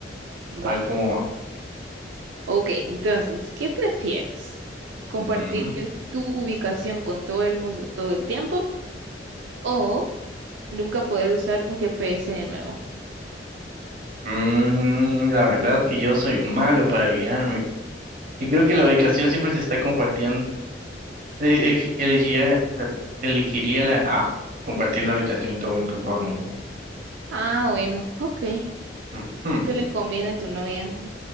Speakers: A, on the right; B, on the right.
A: va.
B: a ver cómo va.
A: Ok, entonces, ¿qué prefieres? ¿Compartir
B: Ujú.
A: tu ubicación con todo el mundo todo el tiempo o nunca poder usar un GPS de nuevo?
B: Mm, la verdad que yo soy malo para guiarme. Y creo que la ubicación siempre se está compartiendo. Eh, ej- elegiría, elegiría la A, compartir la ubicación todo- con todo el mundo.
A: Ah, bueno, ok.
B: Ujú.
A: Se le conviene a tu novia.